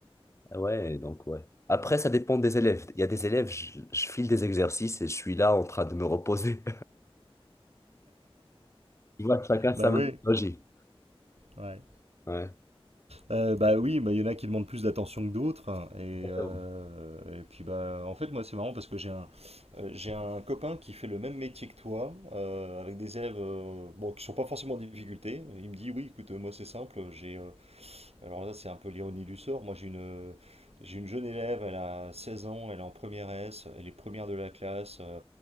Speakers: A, on the left; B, on the right.
A: Ah Ouais, donc ouais. Après, ça dépend des élèves. Il y a des élèves, je, je file des exercices et je suis là en train de me reposer. Tu vois, que chacun
B: Bah
A: sa
B: oui.
A: méthodologie.
B: Ouais.
A: Ouais,
B: Euh, bah oui, bah, il y en a qui demandent plus d'attention que d'autres. hein, Et, euh,
A: exactement.
B: et puis bah en fait moi c'est marrant parce que j'ai un euh, j'ai un copain qui fait le même métier que toi, euh, avec des élèves euh, bon, qui sont pas forcément en difficulté. Il me dit oui écoute euh, moi c'est simple, j'ai euh, alors là c'est un peu l'ironie du sort, moi j'ai une euh, j'ai une jeune élève, elle a 16 ans, elle est en première S, elle est première de la classe, euh,